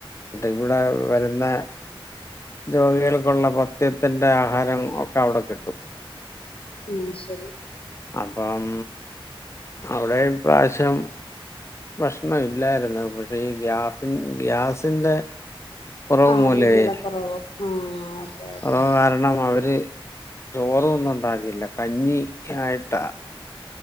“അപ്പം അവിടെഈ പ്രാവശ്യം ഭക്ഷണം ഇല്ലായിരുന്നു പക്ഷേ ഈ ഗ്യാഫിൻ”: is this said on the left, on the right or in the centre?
Left